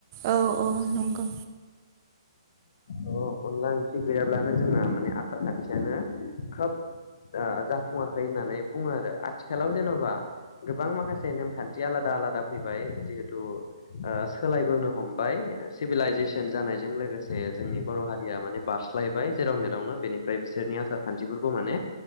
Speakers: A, on the right; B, on the left.
A: औ औ नंगौ।
B: अ अनला ओंख्रि गैयाब्लानो जोंना माने आसार खान्थियानो खोब जाफुङाखै होननानै बुङो आरो आथिखालाव जेन'बा गोबां माखासे नेमखान्थि आलादा आलादा फैबाय जिहेथु सोलायबोनो हमबाय सिभिलाइजेसन जानायजों लोगोसे जोंनि बर' हारिया माने बारस्लायबाय जेराव नो बेनिफ्राय बिसोरनि आसार खान्थिफोरखौ माने